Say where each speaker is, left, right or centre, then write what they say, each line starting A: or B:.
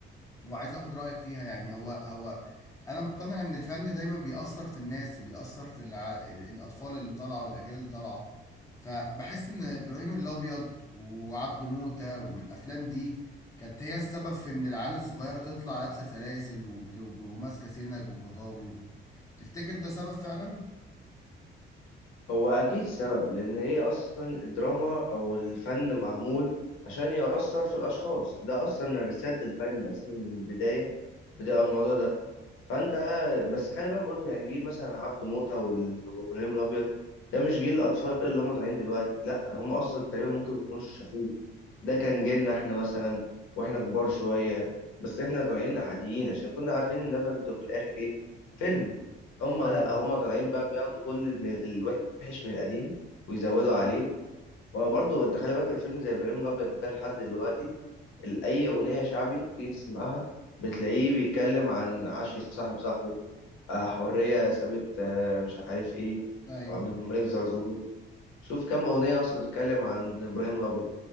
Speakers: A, on the left; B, on the left.
A: وعايز اخد رايك فيها يعني هو هو انا مقتنع ان الفن دايما بيأثر في الناس وبيأثر في الع... الاطفال اللي طالعه والاجيال اللي طالعه فبحس ان ابراهيم الابيض وعبده موتة والافلام دي كانت هي السبب في ان العيال الصغيره تطلع لابسه سلاسل وبت... وماسكه سنج ومطاوي تفتكر ده سبب فعلا
B: هو اكيد سبب لان هي اصلا الدراما او الفن معمول عشان يأثر في الاشخاص ده اصلا رسالة الفن اصلا من البداية بتبقى الموضوع ده فانت بس خلي بالك برضو يعني جيل مثلا عبده موته وال- وابراهيم الابيض ده مش جيل الاطفال اللي هم طالعين دلوقتي لا هم اصلا تقريبا ممكن ما يكونوش شافوه ده كان جيلنا احنا مثلا واحنا كبار شويه بس احنا طالعين عاديين عشان كنا عارفين ان ده برضو في الاخر ايه فيلم هم لا
A: امم
B: هم طالعين بقى بياخدوا كل من الوحش من القديم ويزودوا عليه وبرضه انت خلي بالك الفيلم زي ابراهيم الابيض ده لحد دلوقتي ال- أي أغنية شعبي تيجي تسمعها بتلاقيه بيتكلم عن عش صاحب صاحبه آه، حرية سابت آه، مش عارف إيه
A: ايوه
B: وعبد الملك زرزور شوف كم أغنية أصلا بتتكلم عن إبراهيم الأبيض